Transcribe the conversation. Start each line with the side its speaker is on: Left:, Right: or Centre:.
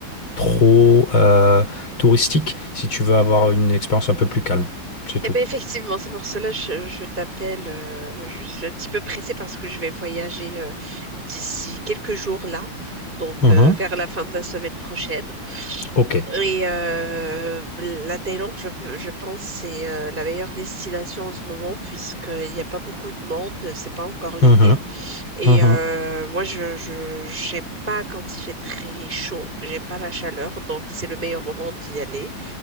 Left: trop euh, touristique, si tu veux avoir une expérience un peu plus calme. C'est tout.
Right: Eh bien, effectivement, c'est pour cela que je, je t'appelle. euh, je suis un petit peu pressée parce que je vais voyager euh, d'ici quelques jours là, donc
Left: Mhm.
Right: euh, vers la fin de la semaine prochaine.
Left: Ok.
Right: Et euh, la Thaïlande, je, je pense, c'est euh, la meilleure destination en ce moment puisqu'il n'y a pas beaucoup de monde, c'est pas encore l'été.
Left: Mhm.
Right: Et
Left: Mhm.
Right: euh, moi, je, je, j'aime pas quand il fait très chaud, j'aime pas la chaleur, donc c'est le meilleur moment d'y aller.